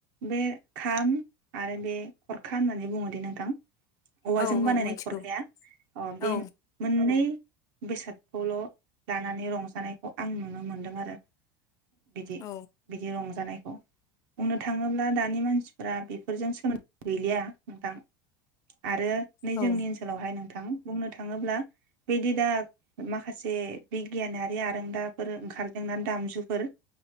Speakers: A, on the right (about 65°); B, on the left (about 30°).
A: बे खाम आरो बे खरखा होननानै बुङो दे नोंथां औवाजों
B: औ
A: बानायनाय
B: औ मिथिगौ
A: खरखाया अ बे
B: औ
A: मोननै बेसादखौल' लानानै रंजानायखौ आं नुनो मोन्दों आरो। बिदि
B: औ
A: बिदि रंजानाय बुंनो थाङोब्ला दानि मानसिफोरा बेफोरजों सोमोन्दो गैलिया नोंथां आरो नै
B: औ
A: जोंनि ओनसोलावहाय नोंथां बुंनो थाङोब्ला बिदि दा माखासे बिगियानारि आरोंदाफोर ओंखारदों ना दामजुफोर